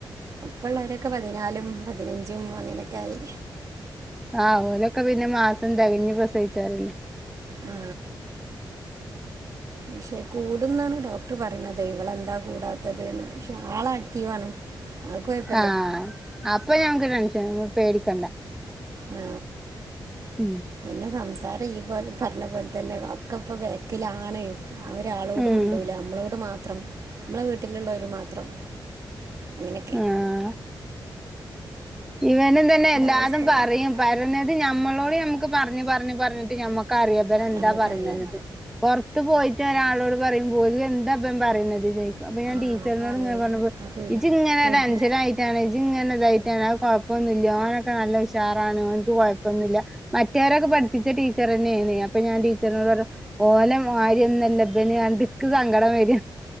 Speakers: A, on the right; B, in the centre.
A: ഇപ്പ ഉള്ളവരൊക്കെ പതിനാലും പതിനഞ്ചും അങ്ങനൊക്കെ ആയി
B: ആഓലൊക്കെ പിന്നെ മാസം തികഞ്ഞപ്രസവിച്ചരല്ലേ
A: ആ പക്ഷെ കൂടുന്നാണ് ഡോക്ടർ പറയുന്നത് ഇവളെന്താ കൂടാത്തത് പക്ഷെ ആള ആക്റ്റീവാണ് ആൾക്ക് കുഴപ്പമില്ല
B: ആ അപ്പൊ ഞങ്ങ്ക്ക് ടെൻഷൻ പേടിക്കണ്ട.
A: ആ
B: ഉം
A: എന്നെ സംസാരം ഈ പോലെ പറഞ്ഞ പോലെ തന്നെ ഒക്കെ ഇപ്പ ബാക്കിലാണ്. ഒരാളോടും
B: ഉം
A: മിണ്ടൂല നമ്മളോട് മാത്രം. നമ്മളെ വീട്ടിലുള്ളവര് മാത്രം. അങ്ങനൊക്കെ.
B: ആഹ് ഇവനും തന്നെ എല്ലാതും
A: അവസ്ഥ
B: പറയും. പറഞ്ഞത് ഞമ്മളോട് നമ്മക്ക് പറഞ്ഞഞ് പറഞ്ഞഞ് പറഞ്ഞിട്ട്. ഞമ്മക്ക് കറിയപ്പൻ എന്താ
A: നമുക്കറിയാം
B: പറയനതെന്ന്. പുറത്ത്. പോയിട്ട് ഒരാളോട് പറയും. വോല് എന്താ പ്പോൻ പറയുന്നത്ത്. ചോദിക്കും. അപ്പൊ ഞാൻ
A: ആ
B: ടീച്ചറിനോട്
A: അതാണ്
B: ഇങ്ങനെ പറഞ്ഞപ്പോ
A: അപ്പോൾ ഒരു
B: ഇജജ് ഇങ്ങനെ
A: ഒരു
B: ടെൻഷനായിട്ടാണ്. ഇജജ് ഇങ്ങനതായിട്ടാണ്. കുഴപ്പൊന്നില്ല ഓനൊക്കെ നല്ല ഉഷാറാണ്. ഓനക്ക് കുഴപ്പോന്നില്ല. മറ്റവരൊക്കെ പഠിപ്പിച്ച ടീച്ചർന്നെ. എ അപ്പൊ ഞാൻ ടീച്ചറിനോട് പറ ഓലെ മാര്യോന്നല്ല പ്പഇനി എനിക്ക് സങ്കടം വര.